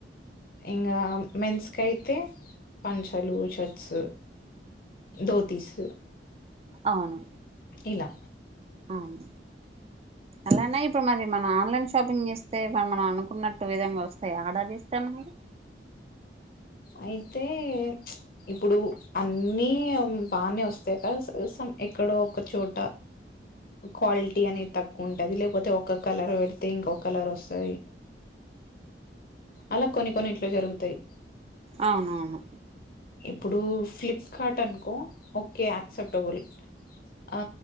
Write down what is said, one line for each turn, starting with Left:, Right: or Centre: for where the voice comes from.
Left: ఇంగా మేన్స్ కాయితే పంచాలు, షెట్స్, దొతీస్
Right: అవును
Left: ఇలా
Right: అవును అలానే ఇప్పుడు మరి మనం ఆన్లైన్ షాపింగ్ చేస్తే మనం అనుకున్నట్టు విధంగా వస్తాయ ఆర్డర్ చేస్తే మనకి
Left: అయితే చ్ ఇప్పుడు అన్నీ బానే వస్తాయి కల్స్ సమ్ ఎక్కడో ఒక చోట క్వాలిటీ అనేది తక్కువ ఉంటది. లేకపోతే ఒక కలర్ పెడితే ఇంకొ కలర్ వస్తది. అలా కొన్ని కొన్నిట్ల జరుగుతాయి.
Right: అవునవును
Left: ఇప్పుడు ఫ్లిప్ కాటన్కో ఓకే యాక్సెప్టబుల్ ఆ